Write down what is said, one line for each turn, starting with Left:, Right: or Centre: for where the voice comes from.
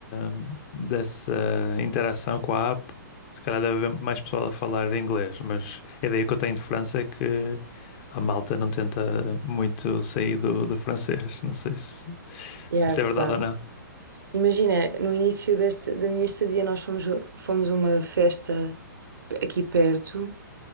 Left: hum, dessa interação com a app, se calhar deve haver mais pessoal a falar inglês. Mas a ideia que eu tenho de França é que a malta não tenta muito sair do, do francês. Não sei se, não
Right: Yeah,
Left: sei se
Right: é
Left: é verdade
Right: verdade.
Left: ou não.
Right: Imagina, no início desta, da minha estadia, nós fomos, fomos a uma festa aqui perto